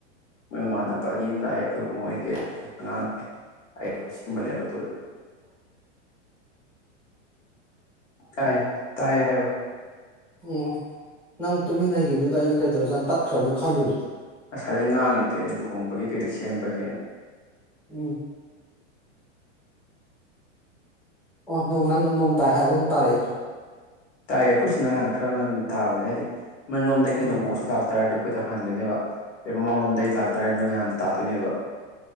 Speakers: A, on the left; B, in the centre.
A: ꯃꯣꯏ ꯃꯃꯥꯟꯅꯕ ꯑꯅꯤ ꯑꯝ ꯂꯥꯛꯑꯦ ꯑꯩꯈꯣꯏ ꯕꯨꯡꯉꯣꯏꯒꯤ ꯑꯗꯩ ꯑꯩꯈꯣꯏ ꯑꯉꯥꯡ ꯈꯔ ꯇꯧꯔ ꯁꯦꯝꯕꯅꯦꯕ ꯑꯗꯨ ꯇꯥꯏ ꯇꯥꯏ ꯍꯥꯏꯌꯣ
B: ꯎꯪ ꯅꯪ ꯇꯨꯃꯤꯟ ꯂꯩꯒꯤꯕꯗꯨꯗ ꯑꯩꯗꯤ ꯀꯩꯗꯧꯔꯖꯥꯠꯅꯣ ꯇꯠꯈ꯭ꯔꯕꯣꯏ ꯈꯜꯂꯨꯔꯦ
A: ꯁꯥꯏꯗꯩꯩ ꯉꯥꯡꯉꯤꯗꯨꯗꯤ ꯑꯩꯅ ꯂꯨꯍꯣꯡꯕꯒꯤ ꯀꯩꯀꯩ ꯁꯦꯝꯕꯒꯦꯅ
B: ꯎꯝ ꯑꯣ ꯅꯣꯡ ꯅꯪ ꯅ ꯅꯣꯡ ꯇꯥꯏ ꯍꯥꯏꯕꯗꯨ ꯑꯃꯨꯛ ꯇꯥꯔꯛꯑꯦ ꯇꯨ
A: ꯇꯥꯏꯌꯦ ꯑꯩꯈꯣꯏꯁꯤꯅ ꯍꯥꯟꯅ ꯈꯔ ꯉꯟꯅ ꯇꯥꯕꯅꯦ ꯍꯥꯏꯗꯤ ꯅꯣꯏ ꯂꯣꯝꯗꯒꯤ
B: ꯎꯝ
A: ꯅꯣꯡꯍꯧꯁꯤ ꯂꯥꯛꯇꯥꯔꯗꯤ ꯑꯩꯈꯣꯏꯗ ꯍꯥꯟꯒꯅꯦꯕ ꯑꯩ ꯃꯃꯥꯡꯂꯣꯝꯗꯩ ꯂꯥꯛꯇꯥꯔꯦ ꯅꯣꯏ ꯅꯍꯥꯟ ꯇꯥꯠ ꯇꯣꯏꯅꯦꯕ